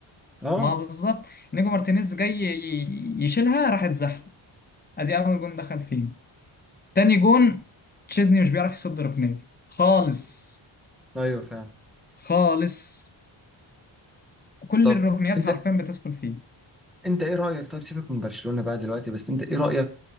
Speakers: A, in the centre; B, on the left.
A: آه
B: ما بالظبط نيجو مارتينيز جاي ي- يشيلها راح اتزحلق ادي اول جون دخل فيه تاني جون تشيزني مش بيعرف يصد ركنيه خالص
A: أيوه فعلا
B: خالص كل
A: طب
B: الركنيات
A: أنت
B: حرفيا بتدخل فيه
A: أنت إيه رأيك طيب سيبك من برشلونة بقى دلوقتي بس أنت إيه رأيك